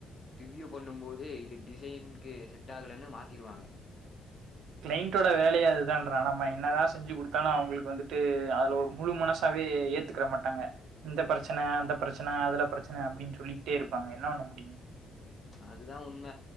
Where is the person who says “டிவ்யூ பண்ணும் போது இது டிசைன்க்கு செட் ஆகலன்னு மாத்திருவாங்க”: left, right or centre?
Left